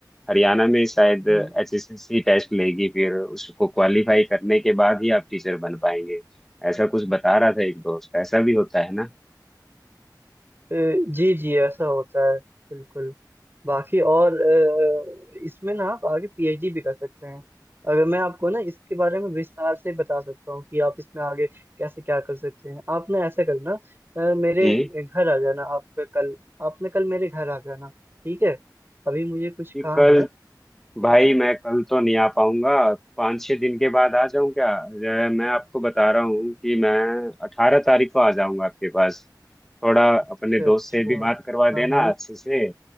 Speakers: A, in the centre; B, on the right.
A: हरियाणा में शायद
B: हम्म,
A: H S S C test लेगी फिर उसको क्वालिफाई करने के बाद ही आप टीचर बन पाएंगे ऐसा कुछ बता रहा था एक दोस्त ऐसा भी होता है ना
B: uh, जी जी ऐसा होता है बिल्कुल बाकी और अ, इसमें ना आप आगे पीएचडी भी कर सकते हैं अगर मैं आपको ना इसके बारे में विस्तार से बता सकता हूँ कि आप इसमें आगे कैसे क्या कर सकते हैं आप ना ऐसा करना अ, मेरे
A: जी
B: घर आ जाना आप कल आपने कल मेरे घर आ जाना ठीक है अभी मुझे कुछ काम
A: कल
B: है तो
A: भाई मैं कल तो नहीं आ पाऊंगा पाँच छः दिन के बाद आ जाऊं क्या अ, मैं आपको बता रहा हूँ कि मैं अठारह तारीख को आ जाऊंगा आपके पास थोड़ा अपने
B: अच्छा
A: दोस्त
B: अच्छा
A: से भी बात करवा
B: हाँ
A: देना
B: हाँ
A: अच्छे से